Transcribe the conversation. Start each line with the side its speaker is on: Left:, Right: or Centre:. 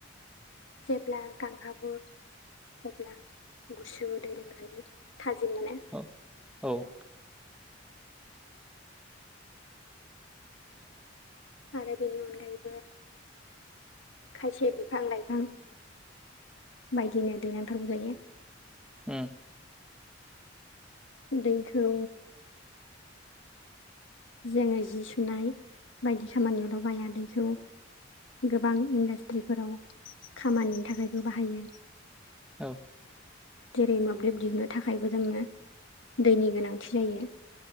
Left: जेब्ला गांहाबो अब्ला गुसु दै लोंनानै। थाजिम मोनो
Centre: औ औ
Left: आरो बेनि अनगायैबो खायसे बिफां लाइफां बायदिनो दै नांथारगौ जायो।
Centre: उम।
Left: दैखौ जोङो जि सुनाय बायदि खामानियाव दावबाया दैखौ गोबां इन्डास्ट्रिफोराव खामानिनि थाखायबो बाहायो
Centre: औ।
Left: जेरै मोब्लिब दिहुननो थाखायबो जोंनो दैनि गोनांथि जायो